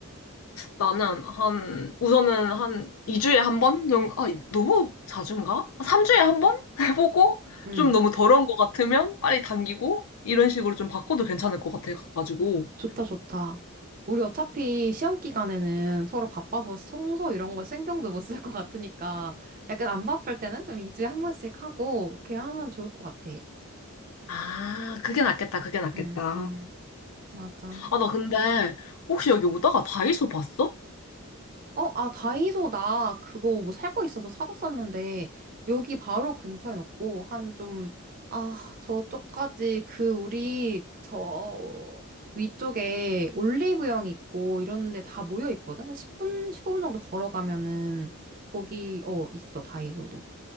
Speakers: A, on the left; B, on the right.
A: 나는 한, 우선은 한 2주에 한 번? 정도? 아, 너무 자주인가? 3주에 한 번? <laughs> 해보고,
B: 응,
A: 좀 너무 더러운 것 같으면 빨리 당기고, 이런 식으로 좀 바꿔도 괜찮을 것 같아가지고.
B: 좋다, 좋다. 우리 어차피 시험 기간에는 서로 바빠서 청소 이런 거 신경도 못 쓸 것 같으니까 약간 안 바쁠 때는 좀 2주에 한 번씩 하고 이렇게 하면 좋을 것 같아.
A: 아, 그게 낫겠다, 그게 낫겠다.
B: 응, 응. 맞아.
A: 아, 나 근데, 혹시 여기 오다가 다이소 봤어?
B: 어, 아, 다이소 나 그거 뭐 살 거 있어서 사놨었는데 여기 바로 근처엔 없고 한 좀, 아, 저쪽까지 그 우리 저 위쪽에 올리브영 있고 이런 데 다 모여 있거든? 한 10분, 15분 정도 걸어가면은 거기, 어, 있어, 다이소도.